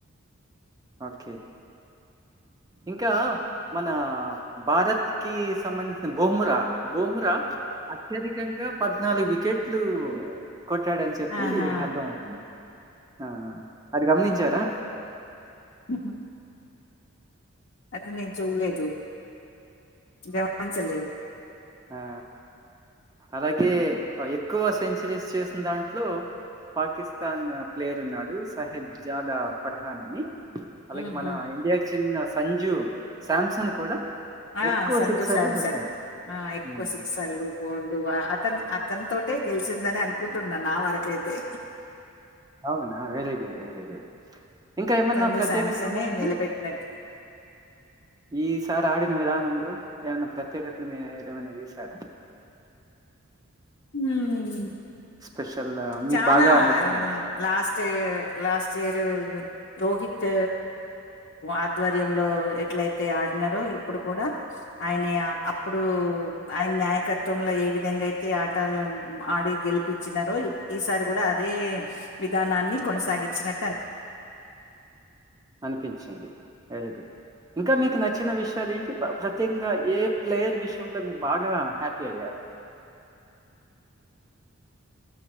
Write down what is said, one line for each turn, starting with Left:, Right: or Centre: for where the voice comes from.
Right: ఓకే ఇంకా మన భారత్ కి సంబంధించిన బుమ్రా బుమ్రా అత్యధికంగా పద్నాలుగు వికెట్లు కొట్టాడు అని చెప్పి
Left: ఆహా
Right: అర్థం అవుతుంది ఆ అది గమనించ చారా
Left: ఉహు అది నేను చూలేదు గమనించలేదు
Right: ఆ అలాగే ఎక్కువ సెంచరీస్ చేసిన దాంట్లో పాకిస్తాన్ ప్లేయర్ ఉన్నాడు సాహెబ్ జాదా పర్హాన్ అని అలాగే
Left: ఉహు
Right: మన ఇండియా చిన్న సంజు శాంసన్ కూడా
Left: ఆ
Right: ఎక్కువ
Left: సంజు
Right: సిక్సర్లు
Left: శాంసన్
Right: కొట్టాడు.
Left: ఆ ఎక్కువ
Right: హ్మ్.
Left: సిక్సర్లు ఫోర్లు అతను అతని తోటే గెలిసింది అని అనుకుంటున్నా నా వరకైతే
Right: అవునా వెరీ గుడ్ వెరీ గుడ్ ఇంకా ఏమన్నా
Left: సంజు
Right: ప్రత్యేకతలు
Left: శాంసనే
Right: ఉన్నాయండి
Left: నిలబెట్టినట్టు
Right: ఈసారి ఆడిన విధానంలో ఏమైన్నా ప్రత్యేకతలు మీరు ఏదమైనా చూసారా
Left: హ్మ్మ్
Right: స్పెషల్ మీకు
Left: చాలా
Right: బాగా నచ్చింది
Left: లాస్ట్ అయితే లాస్ట్ ఇయర్ రోహిత్ ఆధ్వర్యంలో ఎట్లయితే ఆడినారో ఇప్పుడు కూడా ఆయన అప్పుడు ఆయన నాయకత్వంలో ఏ విధంగా అయితే ఆటలు ఆడి గెలిపించినారో ఈసారి కూడా అదే విధానాన్ని కొనసాగిచినట్టు
Right: అనిపించింది వెరీ గుడ్ ఇంకా మీకు నచ్చిన విషయాలు ఏంటి ప్రత్యేకంగా ఏ ప్లేయర్ విషయంలో మీరు బాగా హ్యాపీ అయ్యారు